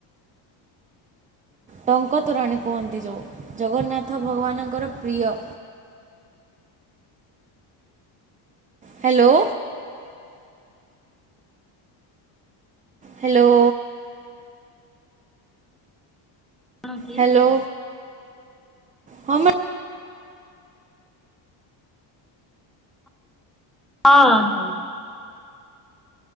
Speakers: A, on the right; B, in the centre.
A: ଟଙ୍କତୋରାଣୀ କୁହନ୍ତି ଯଉଁ ଜଗନ୍ନାଥ ଭଗବାନଙ୍କର ପ୍ରିୟ। ହ୍ୟାଲୋ। ହ୍ୟାଲୋ।
B: ହଁ କି।
A: ହ୍ୟାଲୋ ହଁ ମ୍ୟା
B: ଅ ହ।